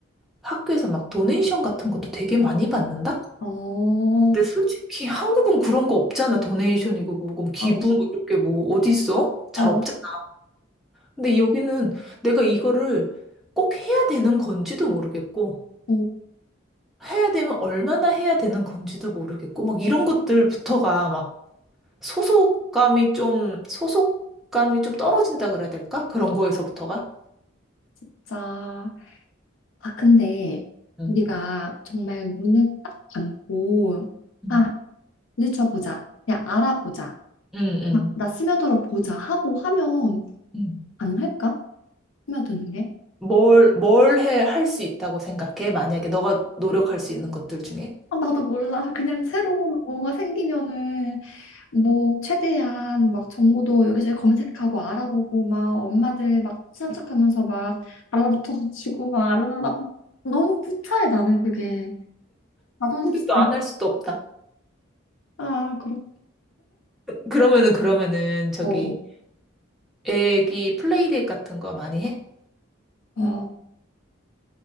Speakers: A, in the centre; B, on the left (about 80°).
A: 학교에서 막 도네이션 같은 것도 되게 많이 받는다?
B: 어,
A: 근데 솔직히 한국은 그런 거 없잖아. 도네이션이고 뭐고 뭐 기부
B: <laughs> 어,
A: 뭐 이런 게 뭐 어디 있어? 잘
B: 어,
A: 없잖아. 근데 여기는 내가 이거를 꼭 해야 되는 건지도 모르겠고
B: 어,
A: 해야 되면 얼마나 해야 되는 건지도 모르겠고 막 이런 것들부터가 막 소속감이 좀 소속감이 좀 떨어진다 그래야 될까? 그런 거에서부터가.
B: 진짜. 아, 근데
A: 응.
B: 우리가 정말 눈을 딱 감고
A: 응.
B: 아, 부딪혀 보자. 그냥 알아보자.
A: 응. 응.
B: 아, 나 스며들어 보자 하고 하면
A: 응.
B: 가능할까? 스며드는 게?
A: 뭘, 뭘 해, 할 수 있다고 생각해? 만약에 너가 노력할 수 있는 것들 중에.
B: 아, 나도 몰라. 그냥 새로운 뭐가 생기면은 뭐 최대한 막 정보도 여기저기 검색하고 알아보고 막 엄마들 막 친한 척하면서 막 달라붙어가지고 막 알아달라고 너무 구차해 나는 그게 자존심
A: 근데
B: 상해.
A: 또 안 할
B: <laughs>
A: 수도 없다.
B: 아 그렇고
A: 그러면은 그러면은 저기
B: 어,
A: 애기 플레이데이 같은 거 많이 해?
B: 어,